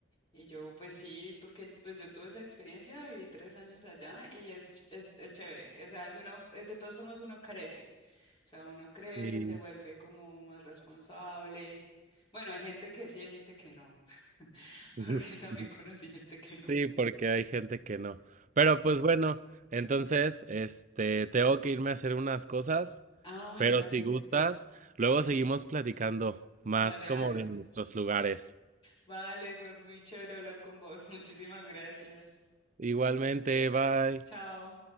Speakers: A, on the left (about 25°); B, on the right (about 40°).
A: Y yo, pues sí, porque pues yo tuve esa experiencia, viví tres años allá y es, ch- es, es chévere. O sea, es una, es- de todas formas uno crece. O sea, uno crece,
B: Sí.
A: se vuelve como más responsable. Bueno, hay gente que sí, hay gente que no, <laughs>
B: <laughs>
A: porque también conocí gente que no.
B: Sí, porque hay gente que no. Pero pues bueno, entonces, este, tengo que irme a hacer unas cosas,
A: Ah, bueno,
B: pero
A: dale,
B: si gustas,
A: Luis.
B: luego seguimos platicando más
A: Vale,
B: como
A: vale.
B: de nuestros lugares.
A: Vale, fue muy chévere hablar con vos. <laughs> Muchísimas gracias.
B: Igualmente, bye.
A: Chao.